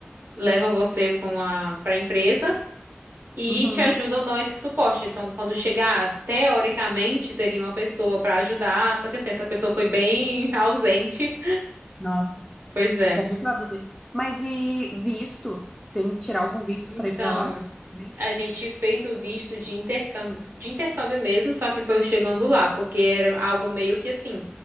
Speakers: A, on the right; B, in the centre.
A: leva você com a, pra empresa e
B: Uhum.
A: te ajudam, dão esse suporte. Então, quando chegar, teoricamente, teria uma pessoa pra ajudar, só que assim, essa pessoa foi bem <laughs> ausente.
B: Nossa.
A: Pois é.
B: Complicado, né? Mas e visto? Tem que tirar algum visto
A: Então,
B: pra ir pra lá? Visto.
A: a gente fez o visto de intercâmbio, de intercâmbio mesmo, só que foi eu chegando lá, porque era algo meio que assim,